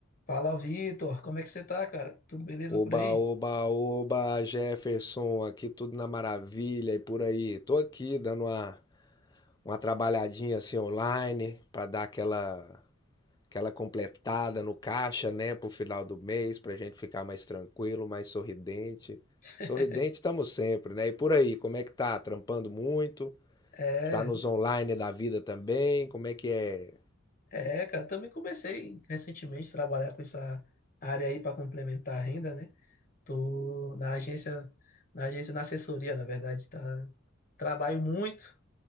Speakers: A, on the left; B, on the left.
A: Fala, Vitor. Como é que você tá, cara? Tudo beleza por
B: Oba,
A: aí?
B: oba, oba, Jefferson, aqui tudo na maravilha e por aí. Tô aqui dando uma, uma trabalhadinha assim online pra dar aquela aquela completada no caixa, né, pro final do mês, pra gente ficar mais tranquilo, mais sorridente.
A: <laughs>
B: Sorridente estamos sempre, né? E por aí, como é que tá? Trampando muito?
A: É,
B: Tá nos online da vida também? Como é que é?
A: é, cara. Também comecei recentemente a trabalhar com essa área aí para complementar a renda, né? Tô na agência, na agência, na assessoria, na verdade, tá. Trabalho muito,